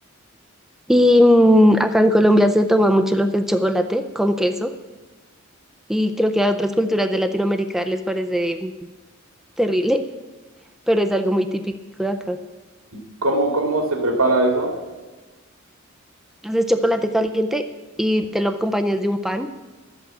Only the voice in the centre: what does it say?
Y mm, acá en Colombia se toma mucho lo que es chocolate con queso y creo que a otras culturas de Latinoamérica les parece terrible, pero es algo muy típico de acá.
haces chocolate caliente y te lo acompañas de un pan